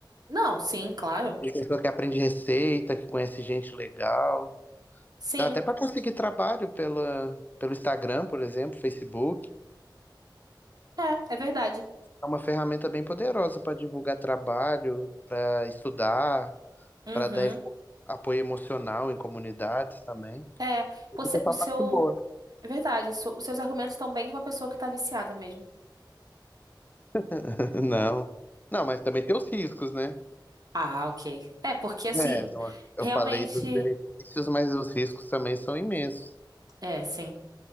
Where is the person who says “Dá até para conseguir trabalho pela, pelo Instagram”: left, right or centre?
Left